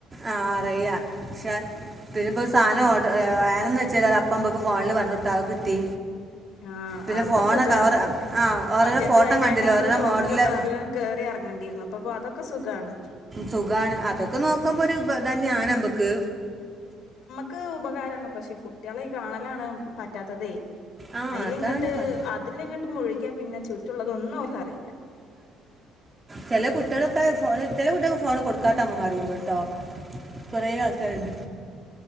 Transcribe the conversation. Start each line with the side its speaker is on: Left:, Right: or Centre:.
Right: ആ അറിയ പക്ഷെ ഇതിലിപ്പോ സാനം ഓ- ഏ വേണന്നു വെച്ച അത് അപ്പൊ നമ്മക്കത് ഫോണിൽ പറഞ്ഞൊട്ത്താ അയ് കിട്ടി.
Left: ആ
Right: പിന്നെ
Left: അതൊക്കെ
Right: ഫോണൊക്കെ
Left: സുഖാണ്
Right: ഓരോ ആ ഓരോരോ
Left: മറ്റേത്
Right: ഫോട്ടോ
Left: അയിനായിട്ട്
Right: കണ്ടില്ല
Left: നമ്മള്
Right: ഓരോരോ
Left: ഷോപ്പിലും
Right: മോഡൽ ആ
Left: വേറെല്ലേലും കേറി എർ ഇറങ്ങണ്ടീര്ന്നു ഇപ്പപ്പതൊക്കെ സുഖാണ്.
Right: സുഖാണ് അതൊക്കെ നോക്കുമ്പോ ഒരു ബ തന്നെയാണ് നമ്മക്ക്.
Left: ക്ക് ഉപകാരാണ്. പക്ഷെ കുട്ടിളെ ഈ കാണലാണ് പറ്റാത്തതേ.
Right: ആ
Left: അയിലിങ്ങട്ട്
Right: അതാണ് വ-
Left: അതിലിങ്ങട്ട് മുഴുകിയ പിന്നെ ചുറ്റുള്ളതൊന്നും ഓലറീല.
Right: ചെല കുട്ടിളൊക്കെ ഫോണിൽ ചെല കുട്ട്യാൾക്ക് ഫോണ് കൊടുക്കാത്തമ്മമാര് ണ്ട്ടോ. കൊറെ ആൾക്കാര്ണ്ട്.